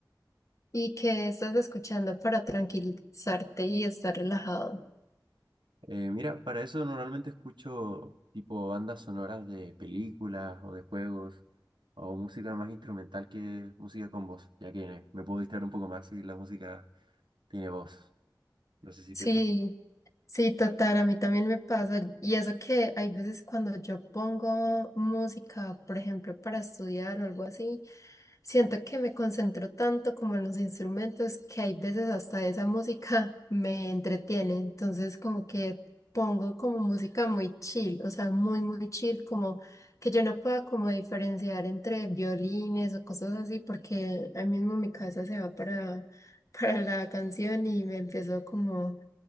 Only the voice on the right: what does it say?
Eh, mira, para eso normalmente escucho tipo bandas sonoras de películas o de juegos o música más instrumental que música con voz, ya que me puedo distraer un poco más si la música tiene voz. No sé si
te pasa.